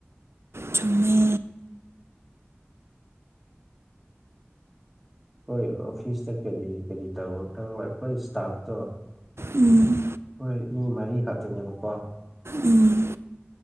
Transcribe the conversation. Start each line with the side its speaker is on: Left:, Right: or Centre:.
Right: ꯆꯨꯝꯃꯦ
Centre: ꯈꯣꯏ ꯑꯣꯐꯤꯁꯇ ꯀꯔꯤ ꯀꯔꯤ ꯇꯧ ꯈꯪꯕ ꯑꯩꯈꯣꯏ ꯏꯁꯇꯥꯐꯇꯣ
Right: ꯎꯝ
Centre: ꯍꯣꯏ ꯃꯤ ꯃꯔꯤ ꯈꯥꯛꯛꯇꯅꯦꯕꯀꯣ
Right: ꯎꯝ